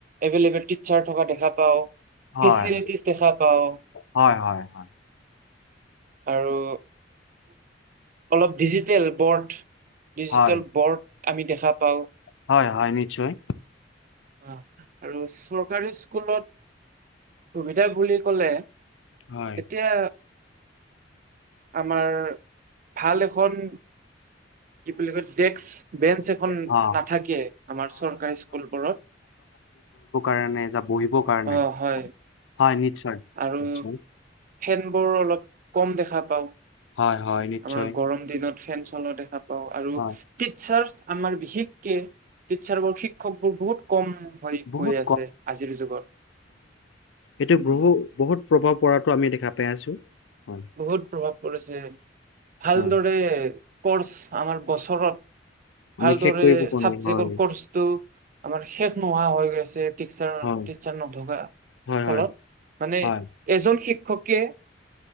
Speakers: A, on the right; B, on the left.
A: এভলেবল টিচাৰ থকা দেখা পাও
B: হয়
A: ফেচিলিটিছ দেখা পাও
B: হয় হয় হয়
A: আৰু অলপ ডিজিটেল বৰ্ড ডিজিটেল
B: হয়
A: বৰ্ড আমি দেখা পাওঁ
B: হয় হয় নিশ্চয়
A: অ আৰু চৰকাৰী স্কুলত সুবিধা বুলি কলে
B: হয়
A: এতিয়া আমাৰ ভাল এখন কিপ ডে্ক বেঞ্চ এখন
B: অ
A: নাথাকে আমাৰ চৰকাৰী স্কুলবোৰত
B: কাৰ পঢ়িবৰ কাৰনে
A: অ হয়
B: হয় নিশ্চয়
A: আৰু
B: নিশ্চয়।
A: ফেনবোৰ অলপ কম দেখা পাওঁ।
B: হয় হয় নিশ্চয়।
A: আমাৰ গৰম দিনত ফেন চলোৱা দেখা পাওঁ আৰু
B: হয়,
A: কিঽ স্বাজ আমাৰ বিশেষকে টিচাৰ বোৰ শিক্ষক বোৰ বহুত কম হৈ
B: বহুত
A: গৈ আছে আজিৰ যুগত
B: সটো
A: উম,
B: বহু বহুত প্ৰভাৱ পৰাতো আমি দেখা পাই আছো। হয়,
A: বহুত প্ৰভাৱ পৰিছে ভালদৰে
B: হয়,
A: কৰ্চ আমাৰ বছৰত
B: আমি
A: ভালদৰে
B: শেষ কৰিব পৰা
A: চাবজেক্ৰ
B: নাই হয়,
A: কৰ্চটো আমাৰ শেষ নোহোৱা হৈ গৈছে। টিচাৰ
B: হয়,
A: নথকা
B: হয়,
A: ফলত
B: হয়।
A: মানে
B: হয়,
A: এজন শিক্ষকে